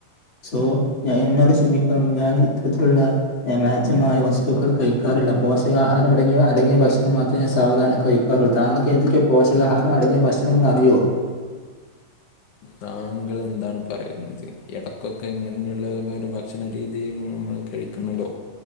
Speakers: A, on the left; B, on the left.
A: സോ ഞ എന്നോട് ക്ഷമിക്കണം ഞാൻ ഇത്തരത്തിലുള്ള ഞാൻ മേച്ചമായ വസ്തുക്കൾ കഴിക്കാറില്ല പോഷകാഹാരംടങ്ങിയ അടങ്ങിയ ഭക്ഷണം മാത്രേ ഞാൻ സാവധാനം കഴി ക്കാറുള്ളു തങ്കൾക്ക് എതൊക്കെയൊ പോഷകഹാരം അടങ്ങിയ ഭക്ഷണംമെന്ന് അറിയോ
B: താങ്കൾ എന്താണ് പറയുന്നത് ഇടക്കൊക്കെ എങ്ങനെയുള്ള ഒരു ഭക്ഷണരീതിയിലും നമ്മള് കഴി കണ്ടോ